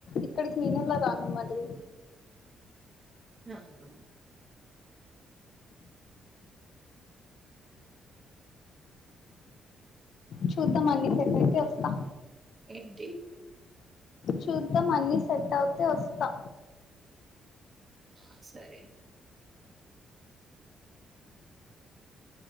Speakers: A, on the left; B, on the right.
A: ఇక్కడికి నేను రాను మళ్ళీ
B: ఆ హు
A: చూద్దాం అన్ని సెట్ అయితే వస్తా
B: ఏంటి
A: చూద్దాం అన్ని సెట్ అవుతే వస్తా
B: ఆ సరే